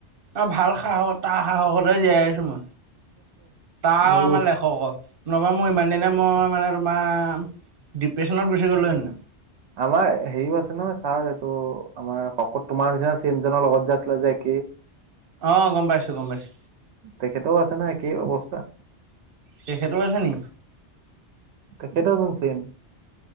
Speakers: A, on the right; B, on the right.
A: অ ভাল সাহস তাৰ সাহসতে জীয়াই আছোঁ তাৰ
B: ময়ো
A: আমাৰ লেখক নবা মোৰ ইমান দিনে মই মানে তোমাৰ ডিপ্ৰেশচনত গুচি গ'লো হেঁতেন।
B: আমাৰ হেৰিও আছে নহয় ছাৰ এইটো আমাৰ শকত তোমাৰ নিচিনা ছেম জনৰ লগত যে আছিলে যে কি
A: অ গম পাইছো গম পাইছো
B: তেখেতেও আছে ন একেই অৱস্থা
A: তেখেতো আছে নি
B: তেখেতৰ চোৱা ছেম